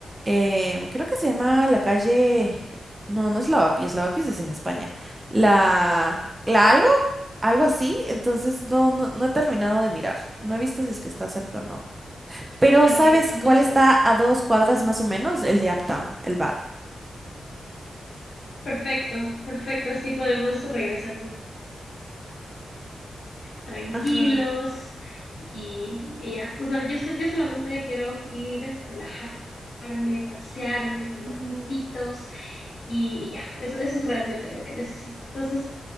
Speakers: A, on the right; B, on the left.
A: Em, creo que se llama la calle... No, no es Lavapiés, Lavapiés es en España. La... ¿La algo? Algo así. Entonces no, no, no he terminado de mirar. No he visto si es que está cerca o no. Pero
B: Ok,
A: ¿sabes
B: búscalo.
A: cuál está a dos cuadras más o menos? El de Uptown, el bar.
B: Perfecto, perfecto, así podemos regresar un tranquilos
A: Ajá.
B: y, y ya, o sea, yo, so- yo solamente quiero ir, relajarme, pasearme, tomar
A: ujú,
B: fotitos y, y ya, eso, eso es realmente lo que necesito. Entonces,